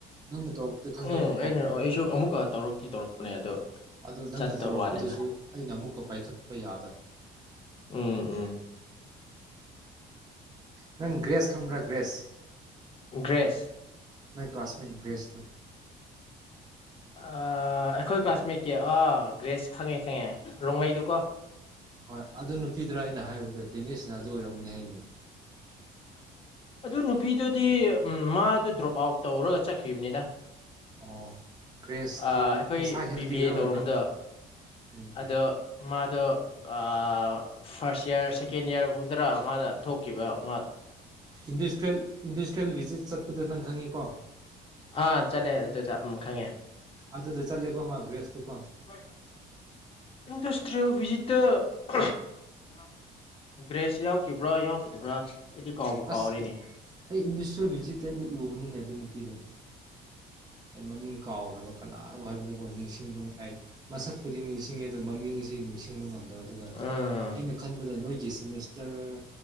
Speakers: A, on the right; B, on the left.
A: ꯅꯪꯅ ꯇꯧꯔꯛꯄꯗ ꯈꯪꯉꯦꯕꯀꯣ
B: ꯎꯝ ꯑꯩꯅ ꯑꯩꯁꯨ ꯑꯃꯨꯛꯀ ꯇꯧꯔꯛꯇꯤ ꯇꯧꯔꯛꯄꯅꯦ ꯑꯗꯣ
A: ꯑꯗꯨ ꯅꯪꯅ
B: ꯆꯠꯇꯕ
A: ꯇꯧꯔꯛꯄꯗꯨꯁꯨ
B: ꯋꯥꯅꯤꯗ
A: ꯑꯩꯅ ꯑꯃꯨꯛ ꯀꯣ ꯄꯩꯈꯠꯄ ꯌꯥ
B: ꯎꯝ ꯎꯝ꯫
A: ꯅꯪ ꯒ꯭ꯔꯦꯁ ꯈꯪꯕ꯭ꯔꯥ ꯒ꯭ꯔꯦꯁ꯫
B: ꯒ꯭ꯔꯦꯁ꯫
A: ꯅꯣꯢ ꯀ꯭ꯂꯥꯁꯃꯦꯠ ꯒ꯭ꯔꯦꯁ ꯇꯣ꯫
B: ꯑꯥ ꯑꯩꯈꯣꯏ ꯀ꯭ꯂꯥꯁꯃꯦꯠꯀꯤ ꯑꯥ ꯒ꯭ꯔꯦꯁ ꯈꯪꯉꯦ ꯈꯪꯉꯦ ꯔꯣꯡꯃꯩꯗꯣꯀꯣ꯫
A: ꯍꯣꯏ ꯑꯗꯨ ꯅꯨꯄꯤꯗꯔꯥ ꯑꯩꯅ ꯍꯥꯏꯕꯗꯨ꯫ ꯗꯦꯅꯤꯁꯅ ꯑꯗꯨ ꯑꯣꯏꯔꯝꯅꯤ ꯍꯥꯏꯅꯦ꯫
B: ꯑꯗꯨ ꯅꯨꯄꯤꯗꯨꯗꯤ ꯃꯥꯗꯨ ꯗ꯭ꯔꯣꯞ ꯑꯥꯎꯠ ꯇꯧꯔꯒ ꯆꯠꯈ꯭ꯔꯤꯕꯅꯤꯗ
A: ꯑꯣ ꯒ꯭ꯔꯦꯁꯇꯨ
B: ꯑꯩꯈꯣꯏ
A: ꯃꯁꯥ ꯍꯦꯜꯗꯤ
B: ꯕꯤꯕꯤ
A: ꯈꯔ
B: ꯑꯦ
A: ꯑꯣꯏꯕ꯭ꯔꯥ
B: ꯇꯧꯔꯝꯗꯣ
A: ꯎꯝ
B: ꯑꯗꯣ ꯃꯥꯗꯣ ꯑꯥ ꯐꯥꯔꯁ ꯏꯌꯥꯔ ꯁꯦꯀꯦꯟ ꯏꯌꯥꯔꯒꯨꯝꯗꯔ ꯃꯥꯅ ꯊꯣꯛꯈꯤꯕ ꯑꯃ
A: ꯏꯟꯗꯤꯁꯇꯦꯜ ꯏꯟꯇꯤꯇꯔꯦꯜ ꯕꯤꯖꯤꯠ ꯆꯠꯄꯗꯨꯣ ꯅꯪ ꯈꯪꯉꯤꯀꯣ
B: ꯑꯥ ꯆꯠꯂꯦ ꯑꯗꯨ ꯈꯪꯉꯦ꯫
A: ꯑꯗꯨꯗ ꯆꯠꯂꯦꯀꯣ ꯃꯥ ꯒ꯭ꯔꯦꯁꯇꯨꯀꯣ
B: <unintelligible> ꯏꯟꯗꯤꯁ <unintelligible> ꯒ꯭ꯔꯦꯁ ꯌꯥꯎꯈꯤꯕ꯭ꯔꯥ ꯌꯥꯎꯈꯤꯗꯕ꯭ꯔꯥ ꯑꯩꯗꯤ ꯀꯥꯎꯕꯨ
A: ꯑꯁ
B: ꯀꯥꯎꯔꯤꯅꯦ
A: ꯑꯩ ꯏꯟꯗꯤꯁꯇꯦꯜ ꯕꯤꯖꯤꯇ ꯑꯩꯅ ꯎꯕꯅꯤ ꯅꯦ꯫ ꯑꯗꯨ ꯅꯨꯄꯤꯗꯣ ꯑꯩ ꯃꯃꯤꯡ ꯀꯥꯎꯒ꯭ꯔꯕ ꯀꯅꯥꯅꯣ ꯍꯥꯏꯕꯗꯨꯀꯣ ꯅꯤꯡꯁꯤꯡꯕ ꯑꯩ ꯃꯁꯛꯄꯨꯗꯤ ꯅꯤꯡꯁꯤꯡꯉꯤ ꯑꯗꯣ ꯃꯃꯤꯡꯁꯤ ꯅꯤꯡꯁꯤꯡꯕ ꯉꯝꯗꯕ ꯑꯗꯨꯒ
B: ꯎꯝ
A: ꯑꯩꯅ ꯈꯟꯕꯗ ꯅꯣꯏꯒꯤ ꯁꯤꯃꯤꯁꯇꯔ